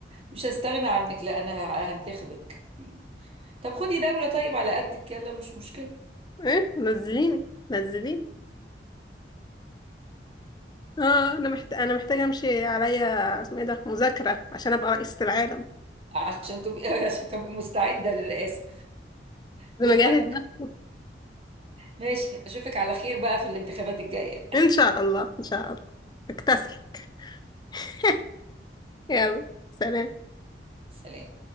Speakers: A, on the right; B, on the left.
A: مش هستغنى عنك لا انا ه- هنتخبك طب خدي دوله طيب على قدك يلا مش مشكله
B: ايه نزليني نزليني اه انا محت... انا محتاجه امشي عليا اسمه ايه ده مذاكره عشان ابقى رئيسه العالم
A: عشان تبقي <laughs> عشان تبقي مستعده للرئاسه
B: لازم
A: جود
B: اجهز
A: لك
B: نفسي
A: ماشي اشوفك على خير بقى في الانتخابات الجايه
B: ان شاء الله ان شاء الله اكتسحك <laughs> يلا سلام
A: <laughs> سلام